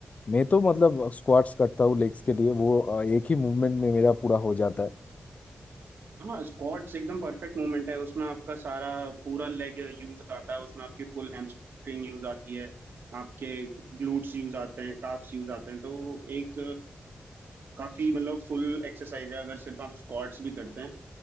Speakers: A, on the left (about 40°); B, on the right (about 75°).
A: मैं तो मतलब स्क्वाट्स करता हूँ लेग्स के लिए वो अ, एक ही मूवमेंट में मेरा पूरा हो जाता है
B: हाँ स्क्वाट्स एकदम परफेक्ट मूवमेंट है उसमें आपका सारा पूरा लेग यूज आता है उसमें आपकी फुल हैमस्ट्रिंग यूज आती है आपके ग्लूट्स यूज आते हैं काफ्स यूज आते हैं तो एक काफी मतलब फुल एक्सरसाइज है अगर सिर्फ आप स्क्वाट्स भी करते हैं